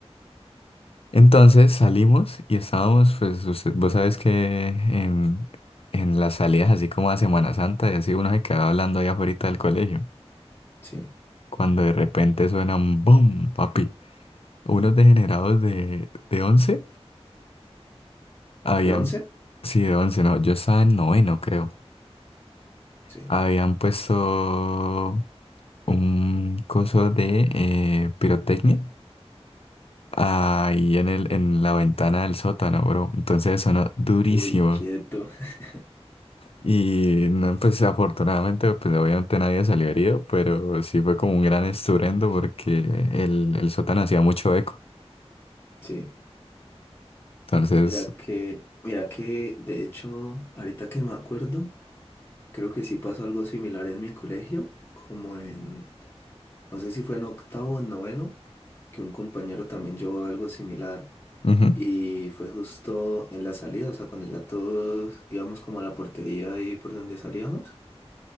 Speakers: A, on the left; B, on the left.
A: Entonces salimos y estábamos, pues usted, vos sabes que en, en las salidas así como a Semana Santa y así uno se quedaba hablando allá afuera del colegio,
B: sí.
A: cuando de repente suenan ¡boom! papi, unos degenerados de, de once habían,
B: ¿De once?
A: sí de 11 no, yo estaba en noveno creo,
B: Sí.
A: habían puesto un coso de eh, pirotecnia ahí en el, en la ventana del sótano, bro. Entonces sonó durísimo.
B: Uy, quieto. <laughs>
A: Y no, pues afortunadamente, pues obviamente nadie salió herido, pero sí fue como un gran estruendo porque el, el sótano hacía mucho eco.
B: Sí.
A: Entonces,
B: Mira que, mira que, de hecho, ahorita que me acuerdo, creo que sí pasó algo similar en mi colegio, como en, no sé si fue en octavo o en noveno, que un compañero también llevó algo similar.
A: ujú.
B: Y fue justo en la salida, o sea, cuando ya todos íbamos como a la portería ahí por donde salíamos.